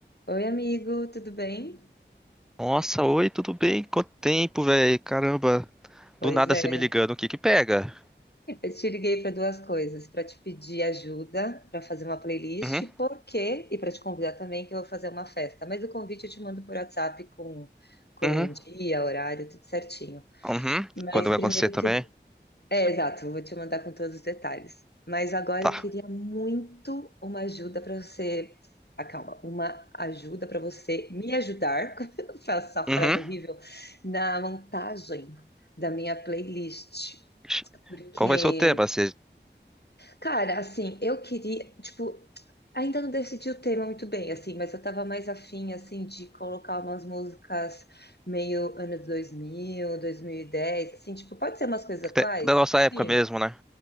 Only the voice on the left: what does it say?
Oi, amigo, tudo bem?
Pois
é,
eu te liguei para duas coisas, para te pedir ajuda para fazer uma playlist,
por quê? E para te convidar também que eu vou fazer uma festa. Mas o convite eu te mando por WhatsApp com com
o dia, horário, tudo certinho.
Mas
primeiro
eu que- É, exato, eu vou te mandar com todos os detalhes. Mas agora
eu queria muito uma ajuda para você. Ah, calma, uma ajuda para você me ajudar, <laughs> com essa frase
horrível, na montagem da minha playlist.
Porque,
cara, assim, eu queria, tipo, ainda não decidi o tema muito bem, assim, mas eu tava mais afim, assim, de colocar umas músicas meio anos dois mil, dois mil e dez, assim, tipo, pode ser umas coisas atuais?
Sim.